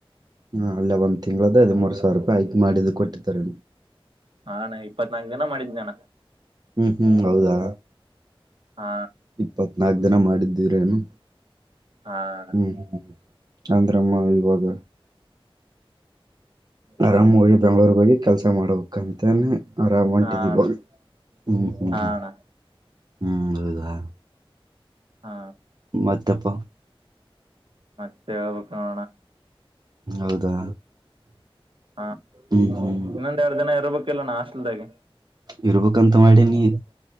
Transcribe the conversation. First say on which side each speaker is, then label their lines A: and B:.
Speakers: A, on the right; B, on the right.
A: ಹಾಂ ಅಲ್ಲೇ ಒಂದು ತಿಂಳದ ಹದದುಮ ಮೂರು ಸಾವಿರ ರೂಪಾಯಿ ಹಐಕ್ ಮಾಡಿದ್ದು ಕೊಟ್ಟಾರೆ
B: ಹಾನ ಇಪ್ಪತ್ನಾಲ್ಕು ಧಿನ ಮಾಡಿದ್ನಾನ
A: ಹ್ಮ್ ಹ್ಮ್ ಹೌದಾ
B: ಹಾ
A: ಇಪ್ಪತ್ನಾಕ ದಿನ ಮಾಡಿದ್ದೀವ್ರೇನು
B: ಅಣ್ಣ
A: ಹ್ಮ್ ಹ್ಮ್ ಅಂದ್ರಮ್ಮ ಇವಾಗ ಆರಾಮ ಹೋಗಿ ಬೆಂಗ್ಳೂರ್ಗ್ ಹೋಗಿ ಕೆಲ್ಸ ಮಾಡ್ಬೇಕಂತಾನೇ ಆರಾಮ ಒಂಟಿದೀವಾಗ
B: ಹಾ ಅಣ್ಣ
A: ಹ್ಞ ಹ್ಞೂ
B: ಹಾ
A: ಹ್
B: ಅಣ್ಣ
A: ಹ್ಞೂ ಹೌದಾ
B: ಹಾ
A: ಮತ್ತಪ್ಪ
B: ಮತ್ತೆಳ ಬೇಕ್ಕಣ
A: ಹೌದಾ
B: ಹಾ
A: ಹ್ಮ್ ಹ್ಮ್
B: ಇನ್ನೊಂದ ಎರಡು ದಿನ ಇರ್ಬೇಕಲ್ವಣ ಹಾಸ್ಟಲ್ದಾಗೆ
A: ಇರ್ಬೇಕಕ್ಂತ ಮಾಡೀಿನಿ